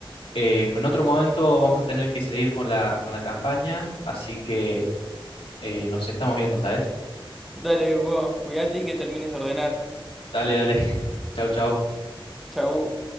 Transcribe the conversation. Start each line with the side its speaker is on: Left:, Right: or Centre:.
Left: eh, en otro momento vamos a tener que seguir con la, con la campaña, así que eh, nos estamos viendo, ¿sabes?
Centre: Dale, vos, cuídate y que termines de ordenar.
Left: Dale, dale. <laughs> Chau, chau.
Centre: Chau.